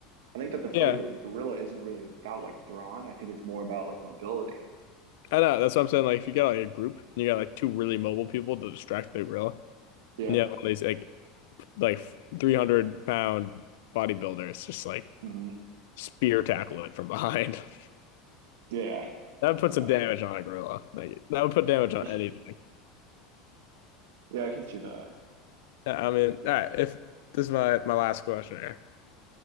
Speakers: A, on the right (about 75°); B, on the left (about 75°).
A: I think that the fight
B: yeah,
A: of the gorilla isn't really about like brawn. I think it's more about like mobility.
B: I know. That's what I'm saying. Like if you got like a group and you got like two really mobile people to distract the gorilla,
A: Yeah.
B: and you have all these like like 300 pound bodybuilders just like
A: hmm
B: spear tackle it from behind. <laughs>
A: Yeah.
B: that would put
A: Yeah.
B: some damage on a gorilla. Like that would put damage
A: <laughs>
B: on anything.
A: Yeah, I can see that.
B: I mean, all right. If this is my my last question here,